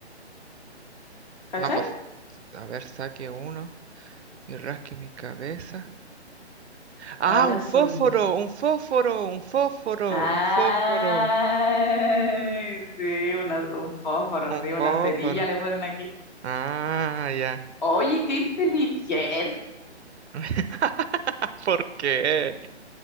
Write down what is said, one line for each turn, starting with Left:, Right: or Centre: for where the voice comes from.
Left: ¿Cachai?
Right: No, pues, a ver, saque uno y rasque mi cabeza. Ah,
Left: Ahora
Right: un
Left: soy
Right: fósforo,
Left: negro.
Right: un fósforo, un fósforo,
Left: Ay,
Right: un fósforo,
Left: sí, una- un fósforo,
Right: un
Left: sí, una
Right: fósforo.
Left: cerilla le ponen aquí.
Right: Ah, ya.
Left: Oye, qué inteligente.
Right: <laughs> ¿Por qué?